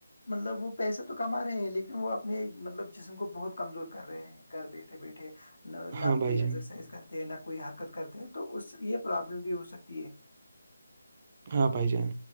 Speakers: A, on the left; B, on the right.
A: مطلب وہ پیسہ تو کما رہے ہیں لیکن وہ اپنے مطلب جسم کو بہت کمزور کر رہے ہیں گھر بیٹھے بیٹھے نہ
B: ہاں
A: نہ
B: بھائی
A: کوئی
B: جان
A: ایکسرسائز کرتے ہیں نہ کوئی حرکت کرتے ہیں تو اس سے یہ پرابلم بھی ہو سکتی ہے
B: ہاں بھائی جان